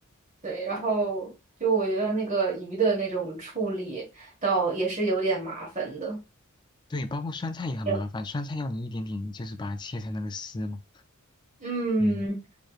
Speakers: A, on the right; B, on the left.
A: 对。然后就我觉得那个鱼的那种处理，倒也是有点麻烦的。
B: 对，包括酸菜也很麻烦，
A: 有
B: 酸菜要你一点点就是把它切成那个丝嘛。
A: 嗯，
B: 嗯，